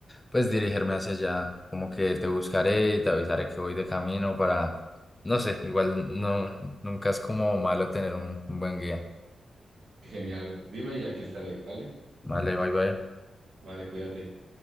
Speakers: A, on the left; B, on the right.
A: pues, dirigirme hacia allá, como que te buscaré y te avisaré que voy de camino para, no sé, igual no, nunca es como malo tener un un buen guía.
B: qué genial. Dime y aquí estaré, ¿vale?
A: Vale, bye bye.
B: Vale, cuídate.